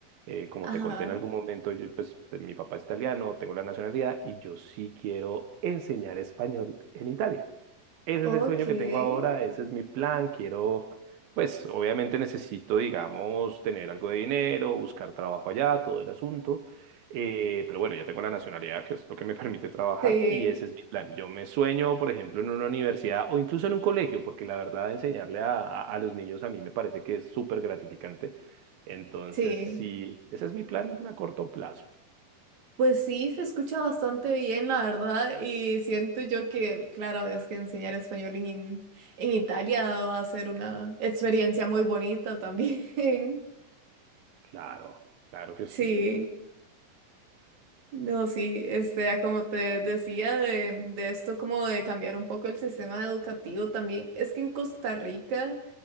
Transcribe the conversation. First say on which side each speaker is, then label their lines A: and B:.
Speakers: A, on the right; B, on the right.
A: Eh, como
B: ajá,
A: te conté en algún momento, yo, pues mi papá es italiano, tengo la nacionalidad y yo sí quiero enseñar español en Italia. Ese
B: ok,
A: es el sueño que tengo ahora, ese es mi plan. Quiero, pues obviamente necesito, digamos, tener algo de dinero, buscar trabajo allá, todo el asunto. Eh, pero bueno, ya tengo la nacionalidad, que es lo que me <laughs> permite trabajar,
B: sí,
A: y ese es mi plan. Yo me sueño, por ejemplo, en una universidad o incluso en un colegio, porque la verdad, enseñarle a, a, a los niños a mí me parece que es súper gratificante. Entonces,
B: sí.
A: sí, ese es mi plan a corto plazo.
B: Pues sí, se escucha bastante bien, la verdad, y siento yo que, claro, es que enseñar español en, en Italia va a ser una experiencia muy bonita también. <laughs>
A: Claro, claro que
B: Sí.
A: sí.
B: No, sí, este, a como te decía de, de esto, como de cambiar un poco el sistema educativo también, es que en Costa Rica,